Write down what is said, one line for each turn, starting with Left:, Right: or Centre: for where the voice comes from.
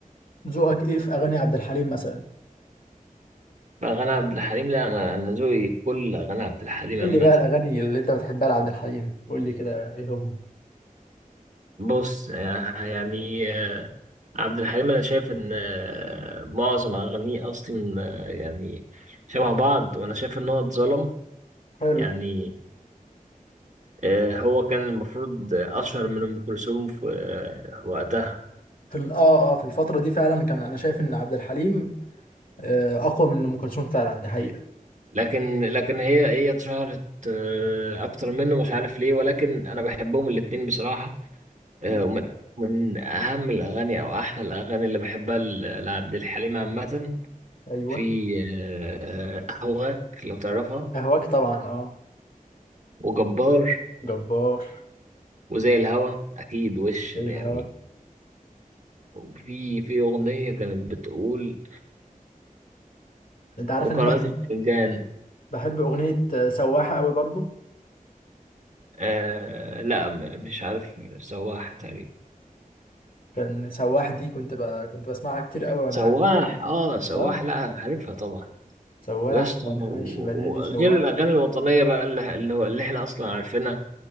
Left: ذوقك ايه في اغاني عبد الحليم مثلا
Right: فغنى عبد الحليم لا أنا أنا ذوقي كل غنى عبد الحليم
Left: قول
Right: عامة
Left: لي بقى الاغاني اللي انت بتحبها لعبد الحليم قول لي كده ايه هم
Right: بص آه، يعني آه، عبد الحليم انا شايف ان آه، معظم اغانيه اصلا آه، يعني شبه بعض وانا شايف ان هو اتظلم
Left: حلو
Right: يعني آه، هو كان المفروض اشهر من ام كلثوم في آه، وقتها
Left: في ال- اه اه في الفتره دي فعلا كان انا شايف ان عبد الحليم آه، اقوى من ام كلثوم فعلا دي حقيقه
Right: لكن لكن هي هي اتشهرت آه، اكتر منه مش عارف ليه ولكن انا بحبهم الاتنين بصراحة آه،
Left: مم.
Right: ومن من اهم الاغاني او احلى الاغاني اللي بحبها ل- لعبد الحليم عامة
Left: ايوه
Right: في آه، آه، اهواك لو تعرفها
Left: اهواك طبعا اه
Right: وجبار
Left: جبار
Right: وزي الهوا اكيد وش
Left: اي
Right: ده
Left: الهوا
Right: يعني في في اغنيه كانت بتقول
Left: انت عارف
Right: وقارئة
Left: ان انا
Right: الفنجان
Left: بحب اغنيه سواحه قوي برضو
Right: آه لا م- مش عارف سواح تقريبا
Left: كان سواح دي كنت ب... كنت بسمعها كتير قوي وانا
Right: سواح اه سواح
Left: اه
Right: لا عارفها طبعا
Left: سواح
Right: ويا اسطى
Left: وانا
Right: و-
Left: ماشي بنادي
Right: وغير
Left: سواح
Right: الاغاني الوطنيه بقى اللي اللي هو- اللي احنا اصلا عارفينها